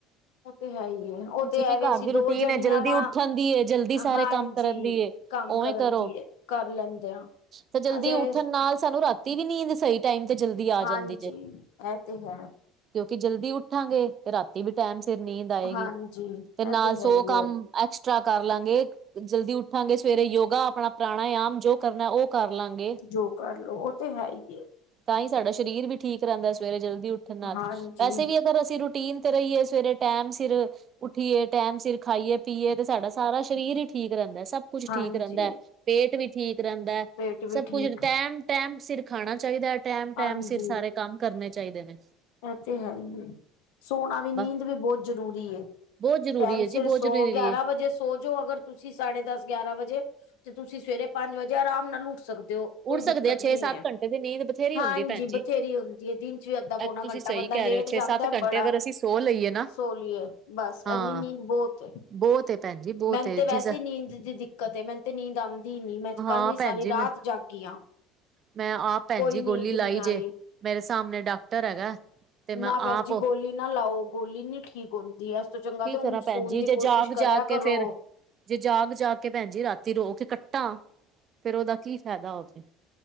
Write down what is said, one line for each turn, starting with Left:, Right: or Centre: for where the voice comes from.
Left: ਉਹ ਤੇ ਹੈ ਹੀ ਹੈ। ਉਹ
Right: ਜਿਵੇਂ
Left: ਤੇ ਐਵੇ,
Right: ਘਰ
Left: ਅਸੀਂ
Right: ਦੀ
Left: ਦੋ
Right: ਰੂਟੀਨ
Left: ਜਣੀਆਂ
Right: ਹੈ ਜਲਦੀ
Left: ਵਾ,
Right: ਉੱਠਣ ਦੀ ਏ ਜਲਦੀ ਸਾਰੇ
Left: ਹਾਂਜੀ,
Right: ਕੰਮ ਕਰਨ ਦੀ ਏ।
Left: ਕੰਮ
Right: ਉਵੇਂ
Left: ਕਰਨ
Right: ਕਰੋ।
Left: ਦੀ ਕਰ ਲੈਂਦੇ ਹਾਂ।
Right: ਤੇ ਜਲਦੀ
Left: ਅਸੀਂ
Right: ਉੱਠਣ ਨਾਲ, ਸਾਨੂੰ ਰਾਤੀ ਵੀ ਨੀ ਸਹੀ ਟਾਈਮ ਤੇ ਜਲਦੀ ਆ
Left: ਹਾਂਜੀ
Right: ਜਾਂਦੀ ਜੇ।
Left: ਇਹ ਤੇ ਹੈ।
Right: ਕਿਉਂਕਿ ਜਲਦੀ ਉੱਠਾਂਗੇ, ਤੇ ਰਾਤੀ ਵੀ ਟਾਈਮ ਸਿਰ ਨੀਂਦ ਆਏਗੀ,
Left: ਹਾਂਜੀ ਇਹ
Right: ਤੇ ਨਾਲ ਸੌ
Left: ਹੈ ਹੀ
Right: ਕੰਮ
Left: ਹੈ
Right: ਐਕਸਟਰਾ ਕਰ ਲਾਂਗੇ, ਜਲਦੀ ਉੱਠਾਂਗੇ, ਸਵੇਰੇ ਯੋਗਾ, ਆਪਣਾ ਪ੍ਰਾਣਾਯਮ, ਜੋ ਕਰਨਾ ਉਹ ਕਰ ਲਾਂਗੇ।
Left: ਜੋ ਕਰਲੋ, ਉਹ ਤੇ ਹੈ ਹੀ।
Right: ਤਾਂ ਹੀ ਸਾਡਾ ਸਰੀਰ ਵੀ ਠੀਕ ਰਹਿੰਦਾ, ਸਵੇਰੇ ਜਲਦੀ ਉੱਠਣ ਨਾਲ,
Left: ਹਾਂਜੀ
Right: ਵੈਸੇ ਵੀ ਫੇਰ ਅਸੀਂ ਰੂਟੀਨ ਤੇ ਰਹੀਏ, ਸਵੇਰੇ ਟਾਈਮ ਸਿਰ ਉੱਠੀਏ, ਟੈਮ ਸਿਰ ਖਾਈਏ ਪੀਏ, ਤੇ ਸਾਡਾ ਸਾਰਾ ਸਰੀਰ ਹੀ ਠੀਕ ਰਹਿੰਦਾ, ਸਭ ਕੁੱਛ
Left: ਹਾਂਜੀ
Right: ਠੀਕ ਰਹਿੰਦਾ ਹੈ। ਪੇਟ ਵੀ ਠੀਕ ਰਹਿੰਦਾ ਹੈ,
Left: ਪੇਟ
Right: ਸਭ
Left: ਵੀ ਠੀਕ
Right: ਕੁਝ ਟੈਮ-ਟੈਮ ਸਿਰ ਖਾਣਾ ਚਾਹੀਦਾ। ਟੈਮ-ਟੈਮ
Left: ਹਾਂਜੀ
Right: ਸਿਰ ਸਾਰੇ ਕੰਮ ਕਰਨੇ ਚਾਹੀਦੇ ਨੇ।
Left: ਇਹ ਤੇ ਹੈ ਹੀ ਹੈ, ਸੋਨਾ ਵੀ, ਨੀਂਦ
Right: ਬਸ
Left: ਵੀ ਬਹੁਤ ਜ਼ਰੂਰੀ ਏ
Right: ਬਹੁਤ ਜ਼ਰੂਰੀ
Left: ਟਾਈਮ
Right: ਹੈ ਜੀ
Left: ਸਿਰ
Right: ਬਹੁਤ
Left: ਸੌ,
Right: ਜ਼ਰੂਰੀ ਹੈ।
Left: ਗਿਆਰਾਂ ਵਜੇ ਸ ਸੋ ਜਾੋ ਅਗਰ, ਤੁਸੀਂ ਸਾਢੇ ਦਸ ਗਿਆਰਾਂ ਵਜੇ ਤੇ ਤੁਸੀਂ ਸਵੇਰੇ ਪੰਜ ਵਜੇ ਆਰਾਮ ਨਾਲ ਉੱਠ ਸਕਦੇ ਹੋ। ਕੋਈ
Right: ਉੱਡ ਸਕਦੇ
Left: ਦਿੱਕਤ
Right: ਆ ਛੇ
Left: ਨੀ
Right: ਸੱਤ
Left: ਹੈ,
Right: ਘੰਟੇ ਦੀ ਨੀਂਦ ਬਥੇਰੀ
Left: ਹਾਂਜੀ,
Right: ਹੁੰਦੀ ਭੈਣ ਜੀ।
Left: ਬਥੇਰੀ ਹੁੰਦੀ ਹੈ ਦਿਨ ਚ ਵੀ ਇੱਦਾਂ
Right: ਐ ਤੁਸੀਂ
Left: ਘੰਟਾ
Right: ਸਹੀ
Left: ਬੰਦਾ
Right: ਕਹਿ
Left: ਲੇਟ
Right: ਰਹੇ ਹੋ ਛੇ
Left: ਜਾਂਦਾ,
Right: ਸੱਤ ਘੰਟੇ
Left: ਬੜਾ
Right: ਅਗਰ ਅਸੀਂ ਸੋ ਲਈਏ ਨਾ
Left: ਸੋਲੀਏ ਬਸ
Right: ਹਾਂ
Left: ਐਨੀ ਨੀਂਦ ਬਹੁਤ
Right: ਬਹੁਤ ਭੈਣ ਜੀ। ਬਹੁਤ
Left: ਮੈਨੂੰ
Right: ਏ
Left: ਤੇ ਵੈਸੇ
Right: ਜਿਸ
Left: ਹੀ ਨੀਂਦ ਦੀ ਦਿੱਕਤ ਏ ਮੈਨੂੰ ਤੇ ਨੀਂਦ ਆਉਂਦੀ ਹੀ ਨੀ, ਮੈਂ
Right: ਹਾਂ
Left: ਕੱਲ ਵੀ ਸਾਰੀ
Right: ਭੈਣ ਜੀ
Left: ਰਾਤ
Right: ਮੈਂ
Left: ਜਾਗੀ ਆ।
Right: ਮੈਂ ਆਪ ਭੈਣ
Left: ਕੋਈ
Right: ਜੀ, ਗੋਲੀ
Left: ਨੀਂਦ
Right: ਲਾਈ
Left: ਨੀ
Right: ਜੇ,
Left: ਆਈ
Right: ਮੇਰੇ ਸਾਹਮਣੇ ਡਾਕਟਰ ਹੈਗਾ ਤੇ ਮੈਂ
Left: ਨਾ ਭੈਣ
Right: ਆਪ
Left: ਜੀ ਗੋਲੀ ਨਾ ਲਾਓ, ਗੋਲੀ ਨੀ ਠੀਕ ਹੁੰਦੀ ਹੈ। ਚੰਗਾ,
Right: ਕੀ
Left: ਤੇ
Right: ਕਰਾਂ
Left: ਹੁਣ
Right: ਭੈਣ
Left: ਸੋਣ
Right: ਜੀ
Left: ਦੀ
Right: ਜੇ
Left: ਕੋਸ਼ਿਸ਼
Right: ਜਾਗ
Left: ਕਰਿਆ
Right: ਜਾਗ ਕੇ
Left: ਕਰੋ।
Right: ਫੇਰ ਜੇ ਜਾਗ- ਜਾਗ, ਕੇ ਭੈਣ ਜੀ ਰਾਤੀ ਰੋ ਕੇ ਕੱਟਾ, ਫੇਰ ਉਹਦਾ ਕੀ ਫਾਇਦਾ ਹੋਵੇ?